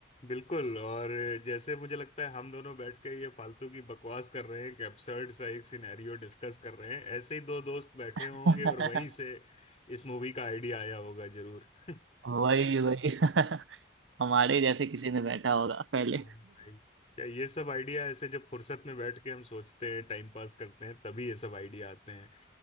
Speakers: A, on the left (about 35°); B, on the right (about 80°).
A: बिल्कुल और जैसे मुझे लगता है हम दोनों बैठ के ये फालतू की बकवास कर रहे हैं एक एब्सर्ड सा एक सिनेरियो डिस्कस कर रहे हैं ऐसे ही दो दोस्त बैठे होंगे
B: <laughs>
A: और वहीं से इस मूवी का आइडिया आया होगा जरूर <laughs>
B: वही वही <laughs> हमारे जैसे किसी ने बैठा होगा पहले
A: हाँ, भाई, क्या ये सब आइडिया ऐसे जब फुर्सत में बैठ के हम सोचते हैं टाइम पास करते हैं तभी ये सब आइडिया आते हैं